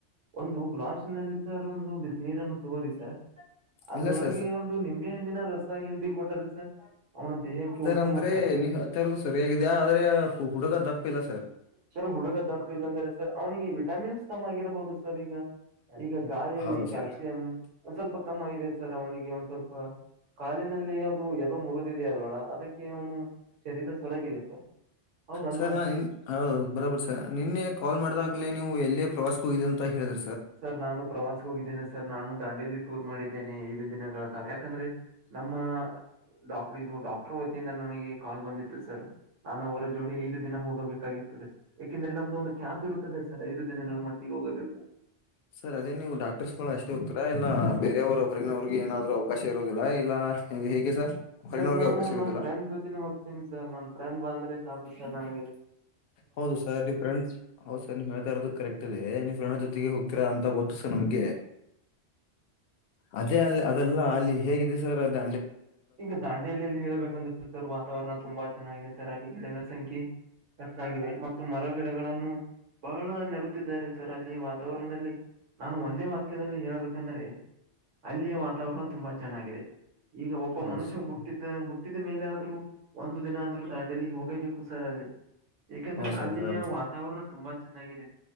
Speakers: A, on the right; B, on the left.
A: ಒಂದು ಗ್ಲಾಸ್ಿನಲ್ಲಿ ಸರ್ ಒಂದು ಬಿಸ ನೀೀರನ್ನು ತಗೋರಿ ಸರ್ ಅದ್ರೊಳಗೆ
B: ಇಲ್ಲ ಸರ್
A: ಒಂದು ನಿಂಬೆ ಹಣ್ಣಿನ ರಸ ಹಿಂಡಿ ಕೊಟರಿ ಸರ್ ಅವನ ದೇಹಕ್ಕೆ ಉತ್ತಮ
B: ಅಂದ್ರೆ
A: ಸರ್
B: ನೀವ್ ಹೇಳ್ತಾ ಇರೋದು ಸರಿಯಾಗಿದೆ ಆದ್ರೆ ಹುಡುಗ ದಪ್ಪ ಇಲ್ಲ ಸರ್
A: ಸರ್ ಹುಡುಗ ದಪ್ಪ ಇಲ್ಲಾಂದ್ರೆ ಸರ್ ಅವ್ನಿಗೆಟ್ಟ ವಿಟಮಿನ್ಸ್ ತಮ್ಮ ಆಗಿರಬಹುದು ಸರ್ ಈಗ ಈಗ ಗಾಳಿಯಲ್ಲಿ
B: ಹೌದಾ
A: ಕ್ಯಾಲ್ಸಿಯಂ
B: ಸರ್
A: ಒಂದ ಸ್ವಲ್ಪ ಕಮ್ಮಾಗಿದೆ ಸರ್ ಅವನಿಗೆ ಒಂದ್ ಸ್ವಲ್ಪ ಕಾಲಿನಲ್ಲಿ ಅದು ಎಲ್ಲೋ ಮುರಿದಿದೆೆಯ ಅಲ್ವಳ ಅದಕ್ಕೆ ಅವನು ಶರೀರ ಸೊರಗಿದೆ ಸರ್ ಹೌದಲ್ವಾ
B: ಸರ್ ನಾ ನಿನ್ ಹೌದೌದು ಬರಾಬರಿ ಸರ್ ನಿನ್ನೆ ಕಾಲ್ ಮಾಡಿದಾಗ್ಲೇ ನೀವು ಎಲ್ಲೇ ಪ್ರವಾಸಕ್ಕೂ ಇದೆ ಅಂತ ಹೇಳಿದ
A: ಸರ್ ನಾನು ಪ್ರವಾಸ ಹೋಗಿದ್ದೇನೆ ಸರ್ ನಾನು ದಾಂಡೇಲಿ ಟೂರ್ ಮಾಡಿದ್ದೇನೆ ಐದು ದಿನಗಳ ಕಾಲ ಯ ಯಾಕಂದ್ರೆ ನಮ್ಮ ಡಾಕ್ಟರ್ ಇದು ಡಾಕ್ಟರ್ ವತಿಯಿಂದ ನನಗೆ ಕಾಲ್ ಬಂದಿತ್ತು ಸರ್ ನಾನು ಅವರ ಜೋಡಿ ಐದು ದಿನ ಹೋಗಬೇಕಾಗಿ ತದೆ ಯಾಕೆಂದ್ರೆ ನಮ್ದು ಒಂದು ಕ್ಯಾಂಪ್ ಇರುತ್ತಂದ್ರೆ ಸರ್ ಐದು ದಿನಗಳ ಮಟ್ಟಿಗೆ ಹೋಗಬೇಕು
B: ಸರ್ ಅದೇ ನೀವು ಡಾಕ್ಟರ್ಸ್ಗಳು ಅಷ್ಟು ಹಕರಾ ಇಲ್ಲ ಬೇರೆಯವರು ಅವ್ರಗ ಅವ್ರಿಗೆ ಏನಾದ್ರು ಅವಕಾಶ ಇರದಿಲ್ಲ ಇಲ್ಲ ಹೇಗೆ ಸರ್ ಹೊರಗಿನವ್ರಿಗೆ
A: ಸರ್ ನಾನು
B: ಅವಕಾಶ ಇರುದಿಲ್ಲ
A: ನಮ ಫ್ರೆಂಡ್ ಜೊತೆನೆ ಹೋಗ್ತೀನಿ ಸರ್ ನನ್ ಫ್ರೆಂಡ್ ಬಂದ್ರೆ ಸಾಕು ಸರ್ ನನಗೆ
B: ಹೌದು ಸರ್ ನೀವು ಫ್ರಂಡ್ ಹೌದು ಸರ್ ನೀವು ಹೇಳ್ತಾ ಇರೋದು ಕರೆಕ್ಟ್ ಇದೆ ನೀವು ಫ್ರೆಂಡ್ ಜೊತೆಗೆ ಹೋಗ ರ ಅಂತ ಗೊತ್ತುಸ ನಮ್ಗೆ ಅದೇ ಅಲ್ಲಿ ಅದೆಲ್ಲ ಅಲ್ಲಿ ಹೇಗಿದೆ ಸರ್ ಅದ
A: ಈಗ ದಾಂಡೇಲಲ್ಲಿ ಹೇಳೇಳ್ಬೇಕಂದ್ರೆ ಸರ್ ವಾತಾವರಣ ತುಂಬಾ ಚೆನ್ನಾಗಿದೆ ಸರ್ ಅಲ್ಲಿ ಗಿಡಗಳ ಸಂಖ್ಯೆ ಹೆಚ್ಚಾಗಿದೆ ಮತ್ತು ಮರಗಿಡಗಳನ್ನು ಬಹಳ ನೆಡುತ್ತಿದ್ದಾರೆ ಸರ್ ಅಲ್ಲಿ ವಾತಾವರಣದಲ್ಲಿ ನಾನು ಒಂದೇ ವಾಕ್ಯದಲ್ಲಿ ಹೇಳ್ಬೇಕಂದ್ರೆ ಅಲ್ಲಿಯ ವಾತಾವರಣ ತುಂಬಾ ಚೆನ್ನಾಗಿದೆ ಈಗ ಒಬ್ಬ
B: ಹೌದು
A: ಮನುಷ್ಯ
B: ಸರ್
A: ಹುಟ್ಟಿದ್ದ ಹುಟ್ಟ ಹಟ್ಟಿದ ಮೇಲೆ ಆದ್ರೂ ಒಂದು ದಿನ ಆದ್ರೂ ದಾಂಡಲಿ ಹೋಗೇಬೇಕು ಸರ್ ಅಲ್ಲಿ ಯಾಕಂದ್ರೆ
B: ಹೌದು ಸರ್
A: ಅಲ್ಲಿಯ
B: ಬರಾಬರಿ
A: ವಾತಾವರಣ ತುಂಬಾ ಚೆನ್ನಾಗಿದೆ